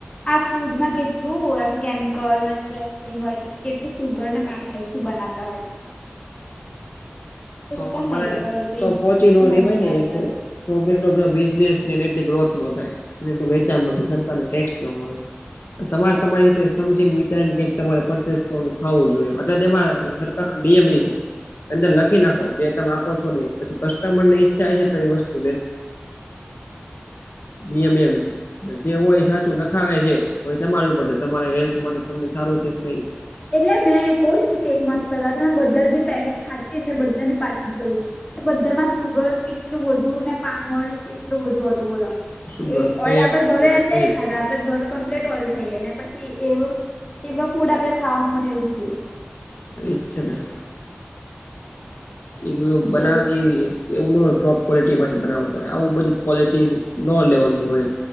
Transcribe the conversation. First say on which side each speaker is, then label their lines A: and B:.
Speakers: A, on the left; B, on the left.
A: આ ફૂડમાં કેટલું એમ કેમિકલને પ્રોસટીગ હોય કે કેટલું સુગર ને પામ ઓઇલ થી બનાવતા હોય.
B: તો
A: કમ
B: બધા
A: એ લોકો કઈ
B: તો
A: ધ્યાન
B: પોહોંચી ન રેવાય
A: નહી
B: ને
A: આપતા.
B: એ રીતે તો એટલો બધો બિઝનેસ ની એટલી ગ્રોથ નો થાય. એટલે એટલુ વેચાણ નથી સરકાર ને ટેક્સ ના મળે. તમારે તમારી રીતે સમજીને વિચારીને કે તમારે પરચેસ ખાવું જોઈએ એટલે એમાં સરકાર નો નિયમ એ છે અંદર લખી ના જે તમે આપો છો નહી પછી કસ્ટમર ની ઈચ્છા હ છે તો એ વસ્તુ લેશે નિયમ એમ જે હોય સાચું લખાવે છે તમારી ઉપર છે તમારે હેલ્થ માટે તમને સારું છે, કે નહી
A: એટલે મેં કહ છું ને કે એક મંથ પહેલા તો મે બધા જે પેકેટ ખાધી એ બધાને પાછું જોડુ બધામાં સુગર કેટલું વધુ ને પામ હોય, કેટલું બુ હતું બોલો
B: સુગર
A: એ
B: ફેટ
A: ઓઇલ આપડે
B: એ
A: ઘરે
B: બધું
A: એમ
B: હોય
A: નહી
B: જ
A: ખાધા
B: તે
A: આપડે ઘર કમ્પ્લીટ ઓલ થઈ ને પછી એવું એવા ફૂડ આપડે ખાવાનું મને એવું થયુ.
B: અચ્ છેા ના એ બધું બનાવે
A: એવું છે.
B: એ એવું ન ટોપ ક કો્લિટી માંથી બનાવતા હોય આવું બધી ક્વોલિટી ન લેવાની હોય.